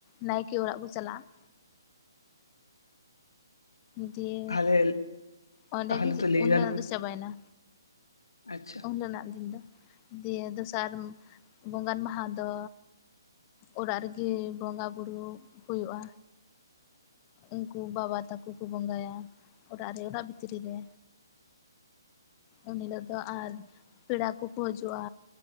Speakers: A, on the left (about 25°); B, on the left (about 75°).
A: ᱱᱟᱭᱠᱮ ᱚᱲᱟᱜ ᱠᱚ ᱪᱟᱞᱟᱜᱼᱟ᱾ ᱫᱤᱭᱮ
B: ᱛᱟᱦᱚᱞᱮ
A: ᱚᱸᱰᱮ
B: ᱛᱟᱦᱚᱞᱮ
A: ᱜᱮ ᱪᱮᱫ
B: ᱛᱚ ᱞᱟᱹᱭ
A: ᱠᱚ
B: ᱜᱟᱱᱚᱜᱼᱟ
A: ᱞᱟᱹᱭᱟ ᱟᱫᱚ ᱪᱟᱵᱟᱭ ᱮᱱᱟ
B: ᱟᱪᱪᱷᱟ
A: ᱩᱱ ᱨᱮᱱᱟᱜ ᱫᱤᱱ ᱫᱚ ᱫᱤᱭᱮ ᱫᱚᱥᱟᱨ ᱵᱚᱸᱜᱟᱱ ᱢᱟᱦᱟ ᱫᱚ ᱚᱲᱟᱜ ᱨᱮᱜᱤ ᱵᱚᱸᱜᱟ ᱵᱳᱨᱩᱜ ᱦᱩᱭᱩᱜᱼᱟ ᱩᱱᱠᱩ ᱵᱟᱵᱟ ᱛᱟᱠᱩ ᱠᱚ ᱵᱚᱸᱜᱟᱭᱟ ᱚᱲᱟᱜ ᱨᱮ ᱚᱲᱟᱜ ᱵᱷᱤᱛᱤᱨ ᱨᱮ ᱜᱮ ᱩᱱ ᱦᱤᱞᱳᱜ ᱫᱚ ᱟᱨ ᱯᱮᱲᱟ ᱠᱚ ᱠᱚ ᱦᱤᱡᱩᱜᱼᱟ